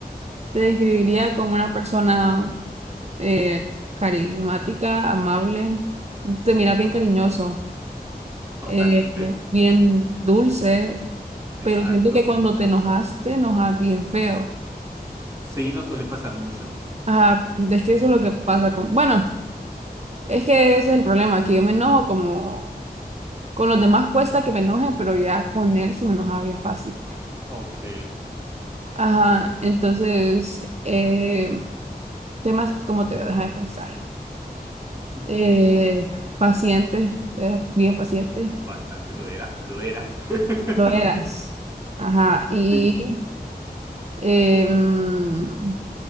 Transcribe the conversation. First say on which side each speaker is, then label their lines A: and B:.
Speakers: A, on the right; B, on the right.
A: te describiría como una persona eh, carismática, amable, te miras bien cariñoso,
B: Totalmente.
A: eh, bien dulce,
B: Exacto.
A: pero siento que cuando te enojaste, te enojas bien feo.
B: Sí, no suele pasar mucho.
A: Ajá, es que eso es lo que pasa con, bueno. Es que ese es el problema, que yo me enojo como con los demás cuesta que me enoje, pero ya con él sí me enojaba bien fácil.
B: Ok.
A: Ajá, entonces, eh, temas, ¿cómo te voy a dejar de pensar?
B: Ujú,
A: Eh,
B: dime.
A: paciente, eh, bien paciente,
B: Mm, Bastante, lo era, lo era. <laughs>
A: lo eras. Ajá, y
B: Sí,
A: em,